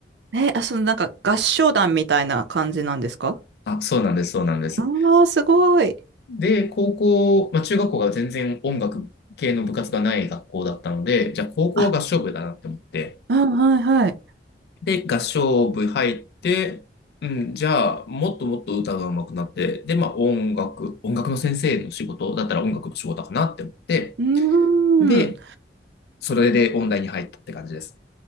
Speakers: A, on the right; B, on the left.
A: え、あ、そのなんか合唱団みたいな感じなんですか
B: <laughs> あ、そうなんです、そうなんです。
A: ああー、すごい。
B: で、高校、まあ、中学校が全然音楽系の部活がない学校だったので、じゃあ高校は合唱部だなって思って、
A: あ、うんはいはい。
B: で、合唱部入って、うん、じゃあ、もっともっと歌が上手くなって、で、まあ、音楽、音楽の先生の仕事だったら音楽の仕事かなって思って、
A: うーん。
B: で、それで音大に入ったって感じです。